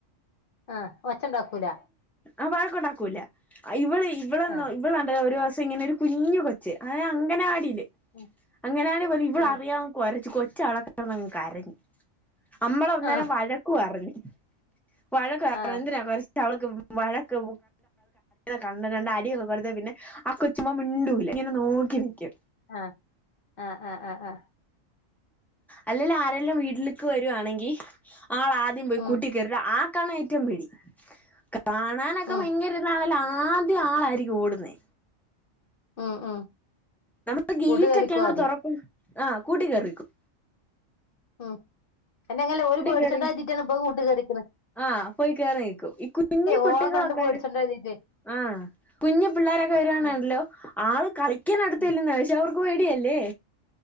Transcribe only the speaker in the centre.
ആ വഴക്കുണ്ടാക്കൂല്ല ഇവള് ഇവളന്നോ
ഇവിളണ്ട് ഒരുസം പ്പങ്ങനെ ഒരു കുഞ്ഞ് കൊച്ച് അത് അങ്ങനാടിലെ
അങ്ങനെയാണ് ഇവള്
അറിയാ കൊരച്ചു കോരച്ചു കൊച്ച് അവിടെ കിടന്ന്ങ് കരഞ്ഞു കര അമ്മള ഒന്നേരം
വഴക്കു പറഞ്ഞു വഴക്ക്
എന്തിനാ പരസ് അവക്ക് വഴക്ക് കണ്ട് കണ്ട് അടിയൊക്കെ കൊടുത്ത് പിന്നെ ആക്കൊച്ചുമ്പോ മിണ്ടൂല്ല ഇങ്ങനെ നോക്കി നൽക്കും
അല്ലല്ല ആരെല്ലാം വീട്ടിലേക്ക് വരുവാണെങ്കിൽ ആള ആദ്യം പോയി
കൂട്ടി കേറി ആ ക്കാണ് ഏറ്റവും പേടി കാണാനൊക്കെ
ഭയങ്കര ഇതാണല്ലോ ആദ്യം ആളായിരിക്കും ഓടുന്നേ
നമ്മക്ക് ഗേയിറ്റൊക്കെ
അങ്ങൊട്ട്
തൊറക്കു ആഹ് കൂട്ടിക്കേറിനിക്കും
കേറി
ആഹ് പോയി കേറി നിക്കും ഈ കുഞ്ഞ് കുട്ടികളൊക്കെ
ആഹ് കുഞ്ഞു പിള്ളോരൊക്കെ വരുണല്ലോ
ആള് കളിക്കണടുത്ത്ചെല്ല്ന്നയ
പക്ഷെ അവർ- പേടിയല്ലേ?